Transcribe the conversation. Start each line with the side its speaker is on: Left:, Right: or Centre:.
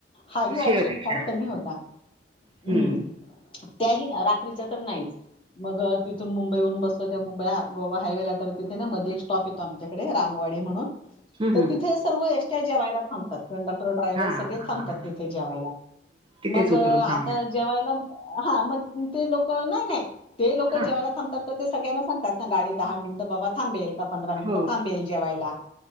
Left: हाही ऑप्शन
Right: शेअर रिक्षा.
Left: फार कमी होता. हम्म
Right: हं.
Left: त्याही ना रात्रीच्या तर नाहीच. मग तिथून मुंबईहून बसलो त्या मुंबई गोवा हायवेला तर तिथे ना मध्ये एक स्टॉप येतो आमच्याकडे, रामवाडी म्हणून
Right: हं,
Left: तर
Right: हं.
Left: तिथे सर्व एष्ट्या जेवायला थांबतात. कंडक्टर ड्रायव्हर
Right: हां.
Left: सगळे थांबतात तिथे जेवायला
Right: तिथेच
Left: मग आता
Right: उतरून थांबलेत.
Left: जेवायला हा मग ते लोक नाय नाय, ते लोक जेवायला
Right: हां.
Left: थांबतात तर ते सगळ्यांना सांगतात ना, गाडी दहा मिनटं बाबा थांबेल. पंधरा मिनटं
Right: हो.
Left: थांबेल जेवायला